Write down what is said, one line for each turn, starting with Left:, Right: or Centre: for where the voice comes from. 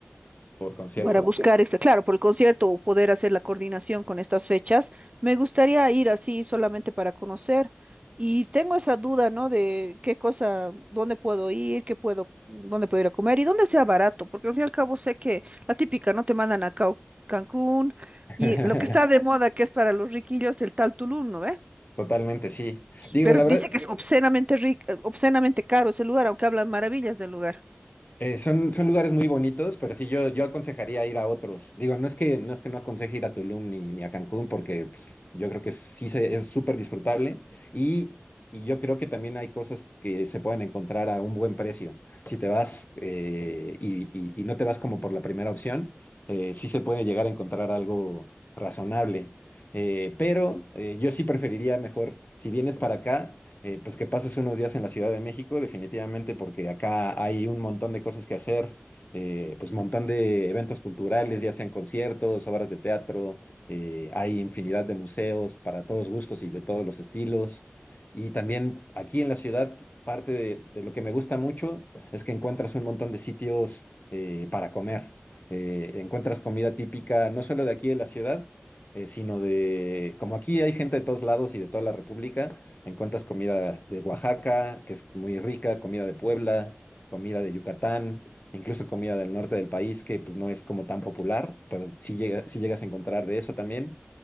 Left: por concierto.
Right: Para buscar, este, claro, por el concierto o poder hacer la coordinación con estas fechas, me gustaría ir así solamente para conocer. Y tengo esa duda, ¿no? De qué cosa, dónde puedo ir, qué puedo, dónde puedo ir a comer y dónde sea barato, porque al fin y al cabo sé que la típica, ¿no? Te mandan a Cau- Cancún
Left: <laughs>
Right: y lo que está de moda, que es para los riquillos, el tal Tulum, ¿no? eh
Left: Totalmente, sí. Digo,
Right: Pero
Left: la
Right: dice
Left: verdad,
Right: que es obscenamente rico, obscenamente caro ese lugar, aunque hablan maravillas del lugar.
Left: Eh, son, son lugares muy bonitos, pero sí, yo, yo aconsejaría ir a otros. Digo, no es que no, es que no aconseje ir a Tulum ni, ni a Cancún, porque pues, yo creo que sí se- es súper disfrutable y, y yo creo que también hay cosas que se pueden encontrar a un buen precio. Si te vas eh, y, y- y no te vas como por la primera opción, eh, sí se puede llegar a encontrar algo razonable. Eh, pero eh, yo sí preferiría mejor, si vienes para acá eh, pues que pases unos días en la Ciudad de México, definitivamente, porque acá hay un montón de cosas que hacer, eh, pues montón de eventos culturales, ya sean conciertos, obras de teatro, eh, hay infinidad de museos para todos gustos y de todos los estilos. Y también aquí en la ciudad, parte de, de lo que me gusta mucho es que encuentras un montón de sitios eh, para comer. Eh, encuentras comida típica, no solo de aquí de la ciudad, eh, sino de, como aquí hay gente de todos lados y de toda la República, Encuentras comida de Oaxaca, que es muy rica, comida de Puebla, comida de Yucatán, incluso comida del norte del país, que pues no es como tan popular, pero sí, llega- sí llegas a encontrar de eso también.